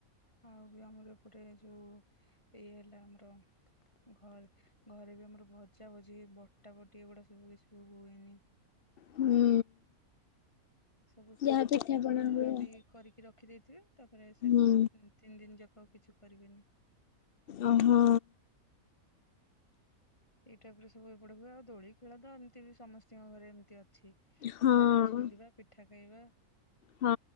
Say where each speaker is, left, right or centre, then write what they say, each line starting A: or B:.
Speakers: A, on the left; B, on the left.
A: ଆଉ ବି ଆମର ଏପଟେ ଯୋଉ ଇଏ ହେଲା ଆମର ଘରେ ଘରେ ବି ଆମର ଭଜା ଭଜି ବଟା ବଟି ଏଗୁଡା ସବୁ କିଛି ବି ହୁଏନି।
B: ହୁଁ।
A: ସବୁ ସେ
B: ଯାହା
A: ରଜ
B: ପିଠା
A: ପୂର୍ବରୁ
B: ପଣା
A: ଯାହା
B: ହୁଏ ଆଉ।
A: ବି କରିକି ରଖିଦେଇଥିବେ ତାପରେ ସେ
B: ହୁଁ
A: ତିନି ଦିନ ଜା କିଛି କରିବେନି।
B: ଓ ହୋ
A: ଏଇ ଟାଇପର ସବୁ ଏଇ ପେଟ ହୁଏ ଆଉ ଦୋଳି ଖେଳ ତ ଏମିତି ବି ସମସ୍ତେ <inaudible> ନୂଆ
B: ହଁ।
A: ଡ୍ରେସ ପିନ୍ଧିବା ପିଠା <unintelligible>
B: ହଁ